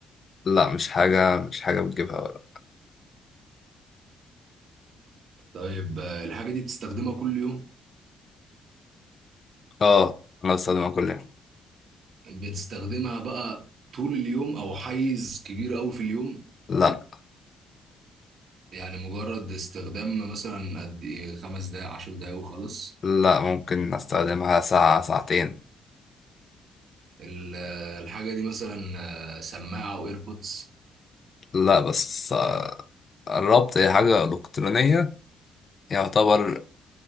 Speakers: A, on the left; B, on the right.
A: لا مش حاجه مش حاجه بتجيبها ولا
B: طيب آه، الحاجة دي بتستخدمها كل يوم
A: اه انا بستخدمها كل يوم
B: بتستخدمها بقى طول اليوم أو حيز كبير أوي في اليوم
A: لا
B: يعني مجرد استخدام مثلا قد إيه خمس دقايق عشر دقايق وخلاص
A: لا ممكن استخدمها ساعة ساعتين
B: ال- آه، الحاجة دي مثلا آه، سماعة أو إيربودز
A: لا بس آه، الربط هي حاجة إلكترونية يعتبر